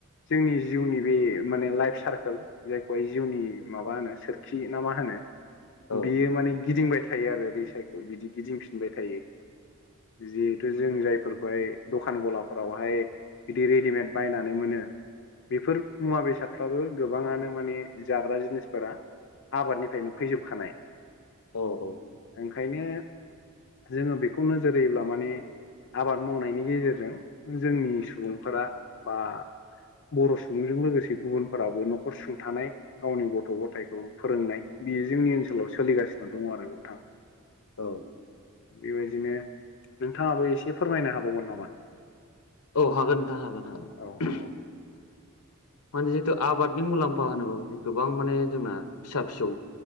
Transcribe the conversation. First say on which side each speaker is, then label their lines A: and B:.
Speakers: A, on the left; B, on the left.
A: जोंनि जिउनि बे माने लाइफ सारकोल जायखौहाय जिउनि माबा होनो सोरखि ना मा होनो?
B: औ
A: बियो माने गिदिंबाय थायो आरो रिसाइकेल बिदि गिदिंफिनबाय थायो। जिहेतु जों जायफोरखौहाय दखान गलाफोरावहाय बिदि रेडिमेड बायनानै मोनो। बेफोर मुवा बेसादफ्राबो गोबाङानो माने जाग्रा जिनिसफोरा आबादनिफ्रायनो फैजोबखानाय।
B: औ औ
A: ओंखायनो जोङो बेखौ नोजोर होयोब्ला माने आबाद मावनायनि गेजेरजों जोंनि सुबुंफोरा बा बर' सुबुंजों लोगोसे गुबुनफोराबो न'खर सुंथानाय गावनि गथ' गथायखौ फोरोंनाय बेयो जोंनि ओनसोलाव सोलिगासिनो दङ आरो गोथां।
B: औ
A: बेबायदिनो नोंथाङाबो एसे फोरमायनो हाबावगोन नामा?
B: औ हागो नोंथां हागोन हागोन।
A: औ औ
B: माने जिहेथु आबादनि मुलाम्फा होनोब्ला गोबां माने जोंना फिसा फिसौ